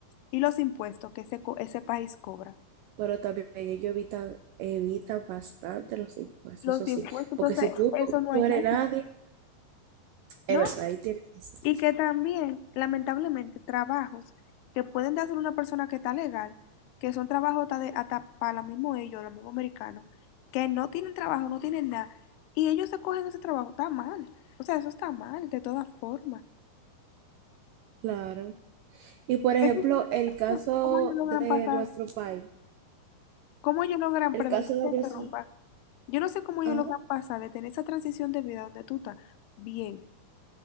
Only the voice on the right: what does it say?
Pero también ellos evitan, evitan bastante los impuestos,
eso sí.
Porque
si tú
no eres nadie, es
verdad, ahí tienes que ser.
Claro. Y por ejemplo,
el caso
de
nuestro país,
el
caso
de
Brasil.
Ah,